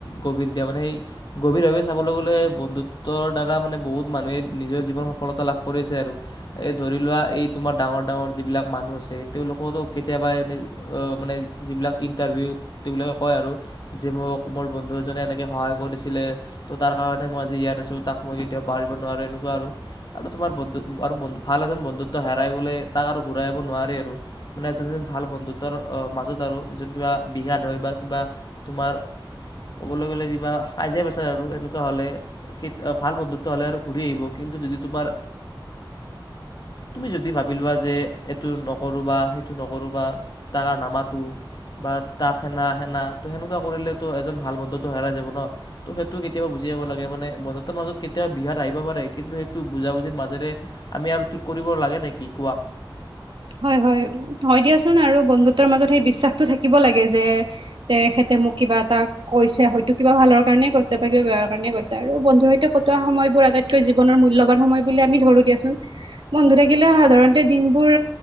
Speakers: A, on the left; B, on the right.
A: গভীৰ দিয়া মানে সেই গভীৰভাৱে চাবলৈ গ'লে বন্ধুত্বৰ দ্বাৰা মানে বহুত মানুহে নিজৰ জীৱন সফলতা লাভ কৰিব কৰে, কৰিছে আৰু এই ধৰি লোৱা এই তোমাৰ ডাঙৰ ডাঙৰ যিবিলাক মানুহ আছে তেওঁলোকতো কেতিয়াবা এনে মানে যিবিলাক ইণ্টাৰভিউত তেওঁবিলাকে কয় আৰু যে মোক মোৰ বন্ধু এজনে এনেকৈ সহায় কৰিছিলে তো তাৰ কাৰণে মই আজি ইয়াত আছোঁ তাক মই কেতিয়াও পাহৰিব নোৱাৰোঁ এনেকুৱা আৰু। আৰু তোমাৰ বন্ধু আৰু বন্ধু ভাল এজন বন্ধুত্ব হেৰাই গ'লে তাক আৰু ঘূৰাই যব নোৱাৰে আৰু মানে এজন এজন ভাল বন্ধুত্বৰ মাজত আৰু যজন কিবা বিঘাদ হয় বা কিবা তোমাৰ ক'বলৈ গ'লে কিবা সাজজে পেচাৰে আৰু সনেকুৱা হ'লে ভাল বন্ধুত্ব হ'লে আৰু ঘূৰি আহিব কিন্তু যদি তোমাৰ তুমি যদি ভাবি লোৱা যে এইটো নকৰোঁ বা সেইটো নকৰোঁ বা তাৰ নামাটো বা তাক সেনা সেনা তো সেনেকুৱা কৰিলেতো এজন ভাল বন্ধুটো হেৰাই যাব ন ত' সেইটো কেতিয়াবা বুজি যাব লাগে মানে বন্ধতাৰ মাজত কেতিয়াবা বিহাত আহিব পাৰে কিন্তু সেই বুজাবুজিৰ মাজেৰে আমি আৰু ঠিক কৰিব লাগে নেকি কোৱা,
B: হয় হয় হয় দিয়াচোন আৰু বন্ধুতৰ মাজত সেই বিশ্বাসতটো থাকিব লাগে যে তেখেতে মোক কিবা এটা কৈছে হয়তো কিবা ভালৰ কাৰণে কৈছে বা কিবা বেয় কাৰণে কৈছে আৰু বন্ধুৰ সৈতে কটোৱা সময়বোৰ আটাইতকৈ জীৱনৰ মূল্যবান সময় বুলি আমি ধৰো দিয়াচোন বন্ধু থাকিলে সাধাৰণতে দিনবোৰ